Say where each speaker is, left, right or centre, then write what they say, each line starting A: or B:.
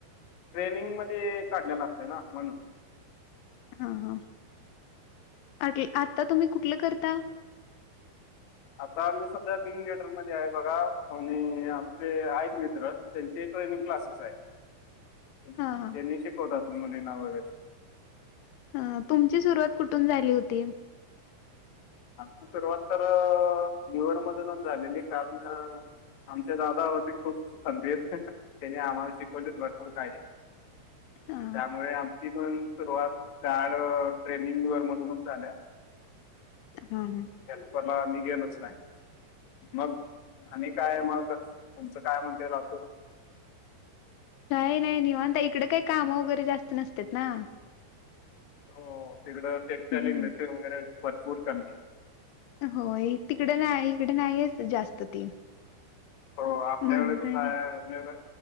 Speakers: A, on the left; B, on the left.
A: ट्रेनिंग मध्ये काढलेला असत ना म्हणून,
B: हा ह आ आता तुम्ही कुठलं करता?
A: आता आम्ही सध्या बिंग गलेटरमध्येध्ये आहे बघा आणि आमचे आहेत मित्र त्यांचे ट्रेनिंग क्लासेस आहे त्यांनी
B: हां, हां.
A: शिकवतात मुलीना वगैरे
B: अ तुमची सुरुवात कुठून झाली होती.
A: आमची सुरुवात तर <unintelligible> कारण आमच्या दादा होते खूप खंबीर त्याने आम्हाला शिकवले भरपूर काही,
B: अ हा
A: त्यामुळे आमची पन सुरुवात झाड ट्रेनिंग वर मधूनच झाल्या.
B: हा हा
A: हेल्परला मी गेलोच नाही मग आणि काय मग. तुमचं काय म्हण येल असं.
B: नाही नाही नाही निवांत इकडे काही कामं वगैरे जास्त नसत ना.
A: हो तिकडं टेक्स्टाइल
B: हम्म.
A: इंडस्ट्री वगैरे भरपूर कमी.
B: होय तिकडे नाही, इकडं नाहीयच जास्त ती.
A: हो आपल्याकडे
B: म्हणताने
A: कसं आहे आपल्याकडे.